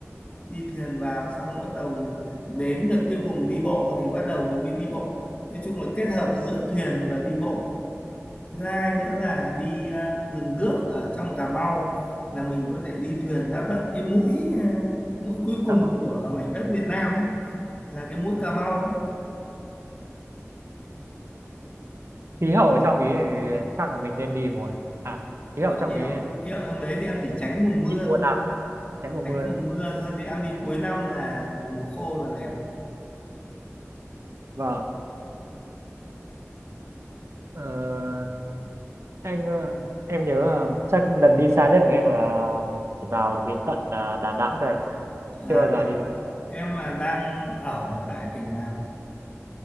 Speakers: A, on the left; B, on the right.
A: đi thuyền vào xong bắt đầu đến được cái vùng đi bộ thì bắt đầu mình mới đi bộ nói chung là kết hợp giữa thuyền và đi bộ thứ hai nữa là đi à, rừng đước ở trong Cà Mau là mình có thể đi thuyền ra tận cái mũi à, mũi cuối cùng
B: cảm không
A: của mảnh đất Việt Nam ấy là cái mũi Cà Mau ấy
B: khí hậu ở trong ý thì chắc là mình nên đi mùa à khí
A: Ủa,
B: hậu trong
A: khí
B: ý
A: hậu khí hậu trong đấy thì em chỉ tránh mùa mưa
B: đi mùa
A: thôi
B: nào cũng được, tránh mùa
A: tránh
B: mưa
A: mùa
B: thôi
A: mưa thôi chứ em đi cuối năm là mùa khô là đẹp
B: vâng Ờ, anh ờ, em nhớ là chắc lần đi xa nhất của em là chỉ vào đến tận ờ, Đà Nẵng thôi chưa
A: à
B: bao giờ
A: thế à?
B: đi
A: em mà đang ở tại tỉnh nào